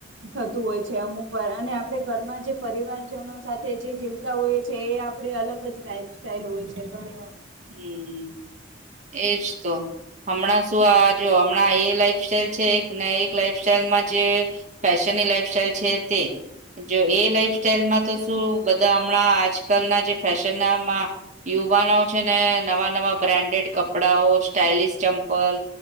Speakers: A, on the right; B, on the right.
A: થતું હોય છે અમુક વાર અને આપણે ઘરમાં જે પરિવારજનો સાથે જે હોય છે એ આપણે અલગ જ લાઇફ સ્ટાઈલ હોય છે ઘણી વાર
B: હમ્મ એજ તો હમણાં શું આ જો હમણાં એ લાઈફ સ્ટાઈલ છે એક ને એક લાઈફ સ્ટાઈલમાં જે ફેશનની લાઈફ સ્ટાઈલ છે તે જો એ લાઈફ સ્ટાઈલમાં તો શું બધા હમણાં આજકાલના જે ફેશન ના મા યુવાનો છે ને નવા નવા બ્રાન્ડેડ કપડાઓ સ્ટાઈલસ ચમ્પલ